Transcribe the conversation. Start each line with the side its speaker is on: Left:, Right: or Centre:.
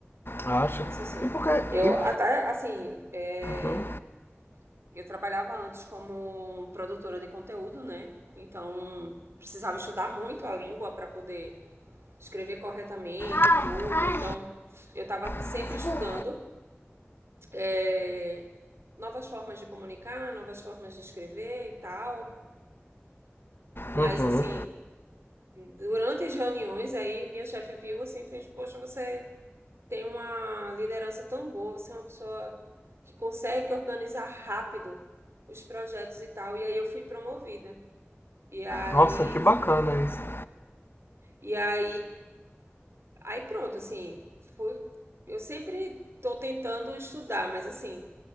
Left: Acha?
Right: isso sim.
Left: E por que
Right: Eu
Left: e
Right: até, assim, é,
Left: por- uhum.
Right: eu trabalhava antes como produtora de conteúdo, né? Então, precisava estudar muito a língua para poder escrever corretamente
Left: Ai,
Right: e tudo.
Left: ai,
Right: Então, eu estava sempre
Left: desculpa.
Right: estudando é, novas formas de comunicar, novas formas de escrever e tal. Mas
Left: Uhum.
Right: assim, durante as reuniões, aí minha chefe viu assim, fez, poxa, você tem uma liderança tão boa, você é uma pessoa que consegue organizar rápido os projetos e tal. E aí eu fui promovida. E aí,
Left: Nossa, que bacana isso.
Right: e aí, aí pronto, assim, fui, eu sempre tô tentando estudar, mas assim,